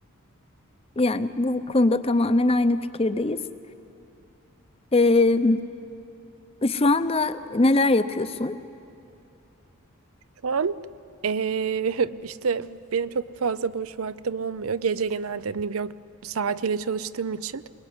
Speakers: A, on the left; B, on the right.
A: yani bu konuda tamamen aynı fikirdeyiz. E, şu anda neler yapıyorsun?
B: Şu an eee, <laughs> işte benim çok fazla boş vaktim olmuyor. Gece genelde New York saatiyle çalıştığım için